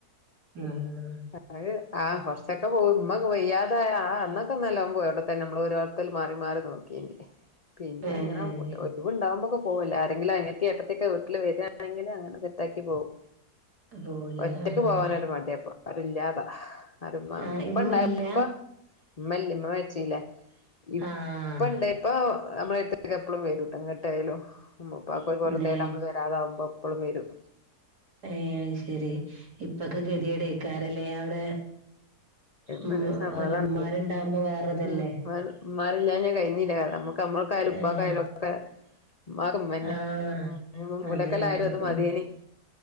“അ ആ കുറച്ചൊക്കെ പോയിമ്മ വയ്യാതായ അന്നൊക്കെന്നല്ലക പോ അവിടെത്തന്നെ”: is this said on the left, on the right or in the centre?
Left